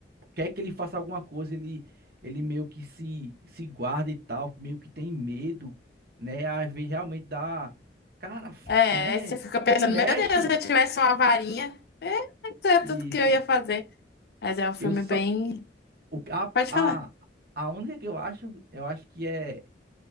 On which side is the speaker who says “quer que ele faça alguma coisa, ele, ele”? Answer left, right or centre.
Right